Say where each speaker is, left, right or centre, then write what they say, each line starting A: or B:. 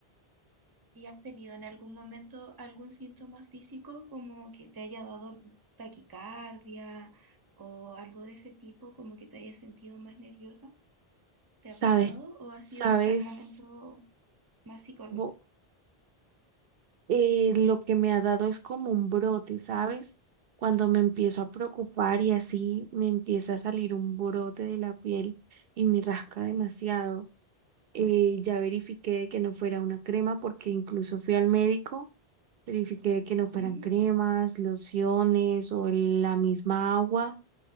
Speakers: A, on the right; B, on the right.
A: y has tenido en algún momento algún síntoma físico como que te haya dado taquicardia o algo de ese tipo, como que te hayas sentido más nerviosa. ¿Te
B: Sabes,
A: ha pasado o ha sido
B: sabes,
A: hasta el momento más psicológico?
B: Bo- eh, lo que me ha dado es como un brote, ¿sabes? Cuando me empiezo a preocupar y así me empieza a salir un brote de la piel y me rasca demasiado. Eh, ya verifiqué de que no fuera una crema porque incluso fui al médico, verifiqué de que no fueran
A: Ujú,
B: cremas, lociones o la misma agua.